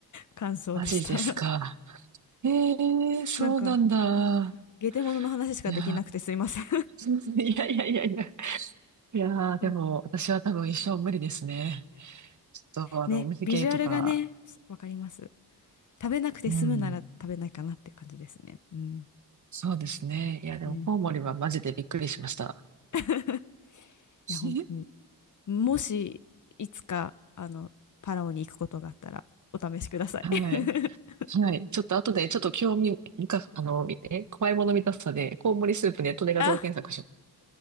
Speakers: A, on the left; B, on the right.
A: 感想でした
B: マジですか。
A: <laughs>
B: えー、そうなんだ。
A: なんかゲテモノの話しかできなくてすいません
B: いやー、<laughs> いやいやいやいや。いやー、でも、
A: <laughs> うん
B: 私は多分一生無理ですね。ちょっと、あの、
A: ねビジュアルがねそわかります
B: お店系とか、
A: 食べなくて済むなら食べないかなっていう感じですねうん
B: うん、そうですね。いや、でも、
A: うん
B: コウモリはマジでびっくりしました。
A: <laughs>
B: <laughs>
A: いや本当にもし、いつか、あの、パラオに行くことがあったら、お試しください。
B: はい。
A: <laughs>
B: はい。ちょっと後で、ちょっと興味みかあの、え、怖いもの見たさで、コウモリスープネットで画像検索し
A: あ、